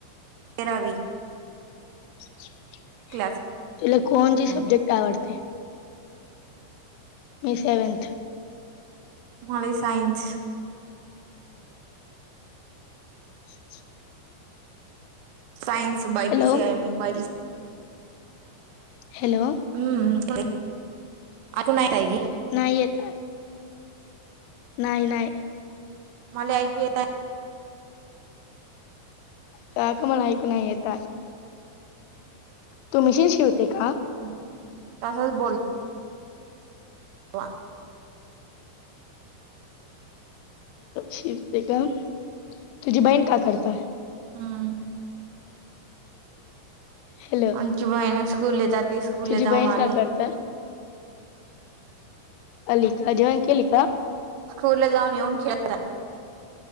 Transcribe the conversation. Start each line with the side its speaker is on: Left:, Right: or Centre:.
Right: तेरावी.
Left: हम्म.
Right: क्लास
Left: तुला कोणते सब्जेक्ट
Right: आहे
Left: आवडते? मी सेवेन्थ.
Right: मला science.
Left: Science.
Right: Science BiPC
Left: hello
Right: आय मी बा.
Left: हॅलो!
Right: हम्म ऐकू नाही का आहे की.
Left: नाही येत नाही नाही.
Right: मला ऐकू येतय.
Left: काकु मला ऐकून नाही येत. तू मशीन शिवते का?
Right: हम्म तसच बोल. वा.
Left: शिवते का? तुझी बहीण काय करत आहे?
Right: हम्म.
Left: हॅलो.
Right: आमची बहीण स्कूल ला जाते. स्कूलला
Left: तुझी
Right: जाऊन
Left: बहीण का
Right: आली
Left: करतल अली का जेवण केली का?
Right: स्कूल ला जाऊन येऊन खेळतात.